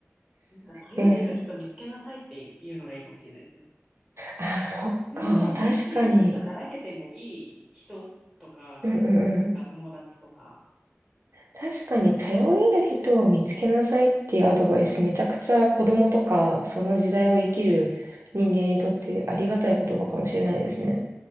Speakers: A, in the centre; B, on the right.
A: なんか頼れる人見つけなさいっていうのがいいかもしれないですね。
B: えー、そ、あー、そっか、
A: 自分が思いっきりなんかだらけてもいい人とか、
B: 確かに。うんうんうん。
A: なんか友達とか、
B: 確かに、頼れる人を見つけなさいっていうアドバイス、めちゃくちゃ子供とか、その時代を生きる人間にとってありがたい言葉かもしれないですね。